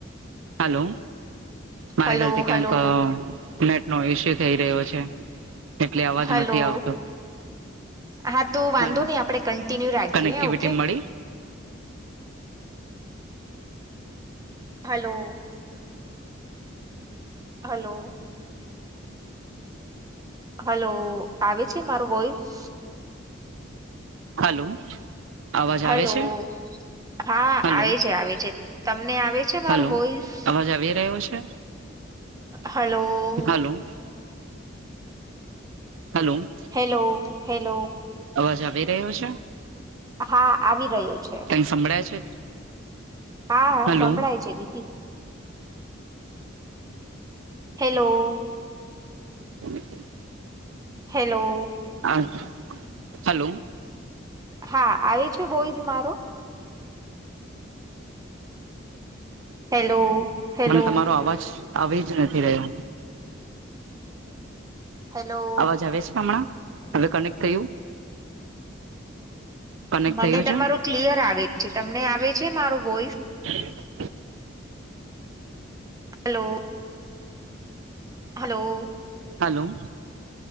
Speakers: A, on the right; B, on the right.
A: હલો મારા
B: હલો
A: હેલ્તી
B: હલો
A: કેનક. નેટ નો ઇસ્યુ થઈ રહ્યો છે એટલે અવાજ
B: હલો
A: નથી આવતો.
B: હા તો વાંધો
A: હલો
B: નહી આપડે કન્ટિન્યુ રાખીએ
A: કનેક્ટિવિટી
B: ઓકે
A: મળી
B: હલો. હલો. હલો આવે છે મારો વોઈસ.
A: હલો. અવાજ
B: હલો.
A: આવે છે
B: હા
A: હલો
B: આવે છે આવે છે તમને આવે છે મારું
A: હલો
B: વોઈસ.
A: અવાજ આવી રહ્યો છે
B: hello.
A: Hello. Hello.
B: Hello hello.
A: અવાજ આવી રયો છેં
B: હા આવી રહ્યું છે.
A: કઈ સંભળાય છે.
B: હા હા
A: હલો
B: સંભળાય છે દીદી. હેલો.
A: <inaudible>
B: હેલો.
A: હ હલો.
B: હા આવે છે વોઇસ મારો. હેલો. હેલો
A: મને તમારો અવાજ આવી જ નથી રહ્યો.
B: હેલ્લો.
A: અવાજ આવે છે હમણાં હવે કનેક્ટ થયું. કનેક્ટ
B: મને
A: થયું છે
B: તમારું ક્લિયર આવે છે તમને આવે છે મારું વોઈસ.
A: <inaudible>
B: હલો. હલો.
A: હલો.